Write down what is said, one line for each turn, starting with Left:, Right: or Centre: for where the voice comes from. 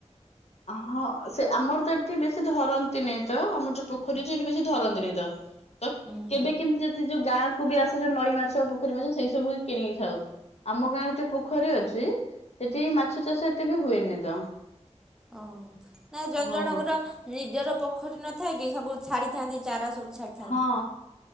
Left: ହଁ ସେ ଆମର ତ ଏଠି ବେଶୀ ଧରନ୍ତି ନାଇଁ ତ ଆମର ଯୋଉ ପୋଖରୀ ଅଛି ସେଠି ବେଶୀ ଧରନ୍ତି ନାଇଁ ତ। ତ
Centre: ଉଁ ହୁଁ
Left: କେବେ କେମିତି ଯଦି ଯୋଉ ଗାଁକୁ ବି ଆସେ ଯୋଉ ନଈ ମାଛ ପୋଖରୀ ମାଛ ସେଇ ସବୁ କିଣିକି ଖାଉ। ଆମ ଗାଁରେ ଯୋଉ ପୋଖରୀ ଅଛି ସେଠି ମାଛ ଚାଷ ଏତେ ବି ହୁଏନି ତ।
Centre: ଓ ନାଇ ଜଣ
Left: ହଁ
Centre: ଜଣଙ୍କର ନିଜର ପୋଖରୀ ନଥାଏ କି ସବୁ ଛାଡିଥାନ୍ତି ଚାରା ସବୁ ଛାଡ଼ିଥାନ୍ତି।
Left: ହଁ